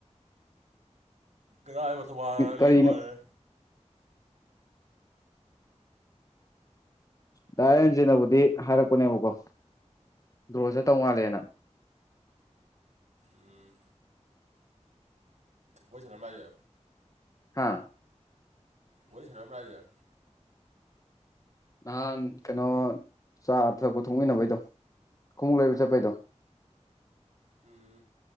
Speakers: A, on the right; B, on the left.
A: ꯀꯥꯑꯕ ꯇꯋꯥ
B: ꯀꯔꯤꯅꯣ
A: ꯂꯤꯒꯋꯥꯡꯑꯦ
B: ꯗꯥ ꯔꯦꯟꯖꯤꯅꯕꯨꯗꯤ ꯍꯥꯏꯔꯛꯄꯅꯦꯕꯀꯣ ꯗ꯭ꯔꯣ ꯆꯠꯊꯧ ꯃꯥꯥꯜꯂꯦꯅ
A: ꯎꯝ ꯋꯥꯔꯤ ꯁꯥꯟꯅꯔꯝꯕ꯭ꯔꯣ ꯍꯥꯢꯖꯦ
B: ꯍꯥꯥ
A: ꯋꯥꯔꯤ ꯁꯥꯟꯅꯔꯝꯕ꯭ꯔꯣ ꯍꯥꯏꯖꯦ
B: ꯅꯍꯥꯟ ꯀꯩꯅꯣ ꯆꯥ ꯊꯛꯄ ꯊꯣꯛꯃꯤꯟꯅꯕꯩꯗꯣ ꯈꯣꯡꯎꯞ ꯂꯩꯕ ꯆꯠꯄꯩꯗꯣ
A: ꯎꯝ